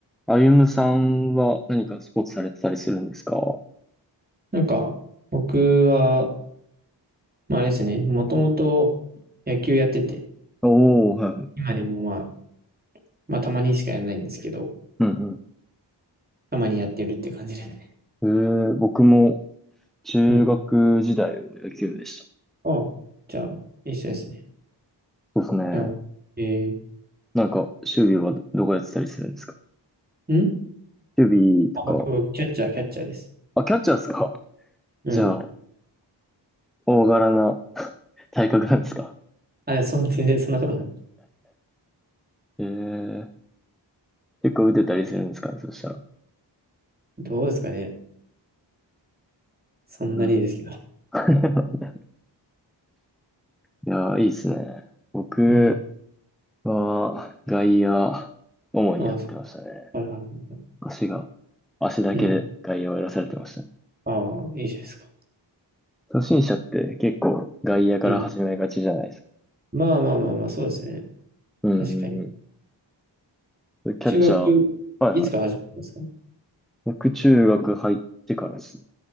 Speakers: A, in the centre; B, on the right (about 20°).
A: あゆむさんは何かスポーツされてたりするんですかお
B: なんか、僕は、まああれですね、もともと野球やってて、
A: おー、はいはい。
B: 今でもまあ、まあたまにしかやらないんですけど、
A: うん
B: たまにやってるって感じですね。
A: うん。えー、僕も中学時代は野球でした。
B: うん。ああ、じゃあ、一緒ですね。
A: そうですね。
B: うん。え
A: なんか、守備はど、どこやってたりするんですか
B: ー、ん
A: 守備とか。
B: あ、僕、僕、キャッチャー、キャッチャーです。
A: あ、キャッチャーですか <laughs>
B: うん。
A: じゃあ、大柄な <laughs> 体格なんですか
B: あ、でもそう、全然そんなことない。
A: えー、結構打てたりするんですかねそしたら。
B: どうですかね。そんなにですけど。
A: うん。<laughs> いやー、いいですね。僕
B: うん。
A: は外野、主にやってましたね。
B: ああ、そっか。はいはいはい
A: 足が、足だけで外野をやらされてましたね。
B: うん。ああ、いいじゃないですか。
A: 初心者って結構外野から始めがちじゃないですか。
B: うん。まあまあまあまあ、そうですね。
A: うんうん
B: 確かに。
A: うん。キャッチャー、
B: 中学、
A: はいはい。
B: いつから始めたんですか
A: 僕中学入ってからですね。